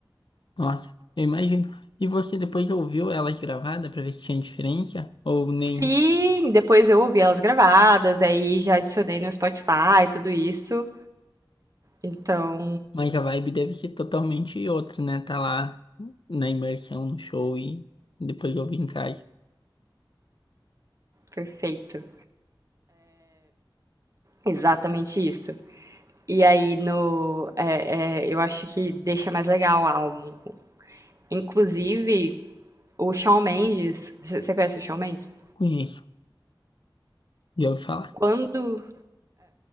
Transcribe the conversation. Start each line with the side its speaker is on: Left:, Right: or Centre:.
Left: Nossa, eu imagino. E você depois ouviu ela gravada pra ver se tinha diferença? Ou nem.
Right: Sim, depois eu ouvi elas gravadas, aí já adicionei no Spotify, tudo isso. Então,
Left: Mas a vibe deve ser totalmente outra, né? Tá lá na imersão, no show e depois eu vim em casa.
Right: perfeito. Exatamente isso. E aí no, é, é, eu acho que deixa mais legal o álbum. Inclusive, o Shawn Mendes, você conhece o Shawn Mendes?
Left: Conheço, já ouvi falar.
Right: Quando